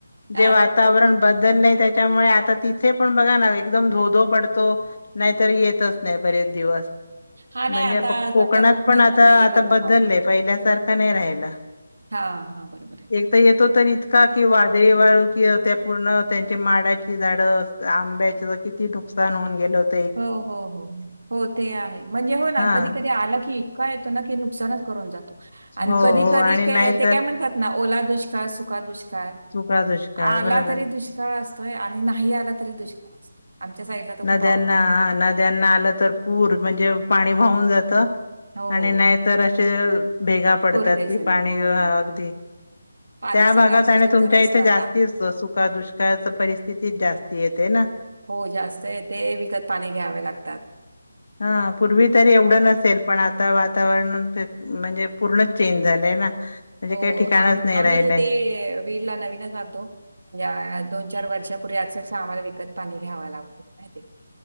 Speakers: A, on the right (about 70°); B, on the left (about 50°).
A: हां,
B: जे वातावरण बदललं त्याच्यामुळे, आता तिथे पण बघा ना एकदम धोधो पडतो. नाहीतर येतच नाही बरेच दिवस.
A: हां, नाही
B: म्हणजे
A: आता
B: कोकणात
A: सध्या
B: पण आता
A: नाहीये
B: आता
A: बरं
B: बदलले.
A: का पाऊस.
B: पहिल्या सारखा नाही राहिला.
A: हां, हां, बरोबर आहे.
B: एक येतो तर इतका कि वादळी वाळू कि त्या पूर्ण त्यांचे माडाची झाडं आंब्याच किती नुकसान होऊन गेल होत.
A: हो हो हो हो ते आहे म्हणजे हो ना
B: हा
A: कधी कधी आला की इतका येतो ना की, नुक सानच करून जातो. आणि
B: हो
A: कधी
B: हो
A: कधी
B: आणि
A: काय
B: नाही
A: ते
B: तर
A: काय म्हणतात ना ओला दुष्काळ, सुखा दुष्काळ
B: सुका दुष्काळ
A: आला
B: बरोबर
A: तरी दुष्काळ असतोय. आणि नाही आला तरी दुष्काळ असतोय. आमच्या साईडला तर
B: नद्यांना
A: खूप अवघड आहे.
B: हा नद्यांना आलं तर पूर म्हणजे पाणी वाहून जात.
A: हो,
B: आणि नाहीतर असे भेगा पडतात
A: कोरडे
B: कि
A: सगळे.
B: पाणी
A: हो,
B: अगदी
A: हो. पाण्यासाठी
B: त्या भागात
A: अक्षरशः
B: आणि तुमच्या
A: तरसतात.
B: इथे जास्ती सुख दुष्काळाच परिस्थितीच जास्ती येते ना.
A: हो जास्त येते विकत पाणी घ्यावे लागतात.
B: हा पूर्वी तरी एवढं नसेल. पण आता वातावरण म्हणजे पूर्णच चेंज झालंय ना. म्हणजे
A: हो
B: काही ठिकाणच
A: आम
B: नाही
A: आम्ही
B: राहिलंय
A: ते वि ला नवीनच आणतो. म्हणजे दोन चार वर्षापूर्वी सामान अक्षरशः आम्हाला विकत पाणी घ्याव लागत. माहिती